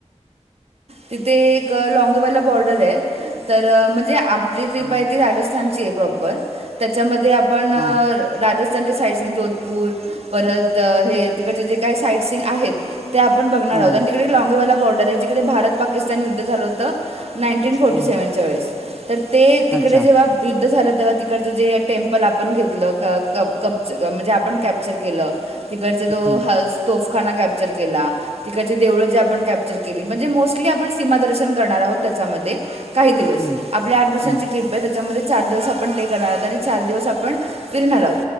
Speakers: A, on the right; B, in the centre.
A: तिथे एक लाँगेवाला बॉर्डर आहे. तर म्हणजे आप म्हणजे इथली
B: हम्म
A: बाई ती राजस्थानची आहे प्रॉपर. त्याच्यामध्ये आपण
B: हा
A: राजस स्थान साईट सीन जोधपूर परत हे तिकडचे जे काही साईट सीन आहेत ते आपण बघणार
B: हम्म
A: आहोत. आणि तिकडे लाँगेवाला बॉर्डर आहे जिकडे भारत पाकिस्तान युद्ध झालं होतं. नाईन्टीन फोर्टी
B: हम्म
A: सेवनच्या वेळेस तर ते तिकडे
B: अच्छा
A: जेव्हा युद्ध झालं तेव्हा तिकडचं जे टेम्पल आपण घेतलं क क कब्ज म्हणजे आपण कॅप्चर केलं. तिकडचा तो
B: हम्म
A: हल्स तोफखाना कॅप्चर केला. तिकडचे देऊळं जे आपण कॅप्चर केली म्हणजे मोस्ट ली आपण सीमा दर्शन करणार आहोत त्याच्यामध्ये. काही दिवस
B: हम्म
A: आपल्या आठ दिवसांची
B: हम्म
A: ट्रीप होती. त्याच्यामध्ये चार दिवस आपण डे करणार आहोत आणि चार दिवस आपण फिरणार आहोत